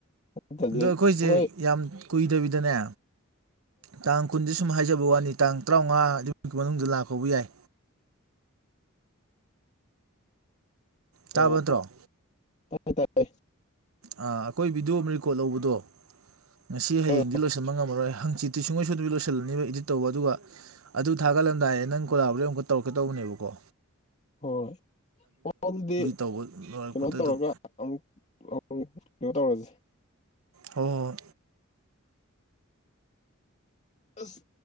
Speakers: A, on the left (about 35°); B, on the right (about 80°).
A: ꯑꯗꯨꯗꯤ
B: ꯗꯣ ꯑꯩꯈꯣꯏꯁꯦ
A: ꯍꯣꯏ
B: ꯌꯥꯝ ꯀꯨꯏꯗꯕꯤꯗꯅꯦ ꯇꯥꯡ ꯀꯨꯟꯗꯤ ꯁꯨꯝ ꯍꯥꯏꯖꯕ ꯋꯥꯅꯤ ꯇꯥꯡ ꯇ꯭ꯔꯥꯝꯉꯥ ꯗꯨꯃꯨꯛꯀꯤ ꯃꯅꯨꯡꯗ ꯂꯥꯛꯄꯕꯨ ꯌꯥꯏ
A: <inaudible>
B: ꯇꯥꯕ
A: ꯑꯣ
B: ꯅꯠꯇ꯭ꯔꯣ
A: ꯇꯥꯏ ꯇꯥꯏ
B: ꯑꯥ ꯑꯈꯣꯏ ꯚꯤꯗꯤꯑꯣ ꯑꯃ ꯔꯦꯀꯣꯔꯠ ꯂꯧꯕꯗꯣ ꯉꯁꯤ ꯍꯌꯦꯡꯗꯤ
A: ꯑꯥ
B: ꯂꯣꯏꯁꯤꯟꯕ ꯉꯝꯃꯔꯣꯏ ꯍꯪ ꯆꯤꯠꯇꯤ ꯁꯨꯡꯉꯣꯏ ꯁꯣꯏꯗꯕꯤ ꯂꯣꯏꯁꯤꯜꯂꯅꯤꯕ ꯏꯗꯤꯠ ꯇꯧꯕ ꯑꯗꯨꯒ ꯑꯗꯨ ꯊꯥꯒꯠꯂꯝꯗꯥꯏꯗ ꯅꯪ ꯀꯣꯂꯥꯕꯣꯔꯦꯗ ꯑꯃꯨꯛꯀ ꯇꯧꯔꯛꯀꯦ ꯇꯧꯕꯅꯦꯕ ꯀꯣ
A: ꯍꯣꯏ <unintelligible>
B: ꯇꯧꯕ ꯂꯣꯏꯔꯛꯄꯗ
A: ꯀꯩꯅꯣ ꯇꯧꯔꯒ
B: ꯑꯗꯨꯝ
A: ꯑꯃꯨꯛ <unintelligible> ꯀꯩꯅꯣ ꯇꯧꯔꯖꯤ
B: ꯍꯣ ꯍꯣꯏ
A: ꯑꯁ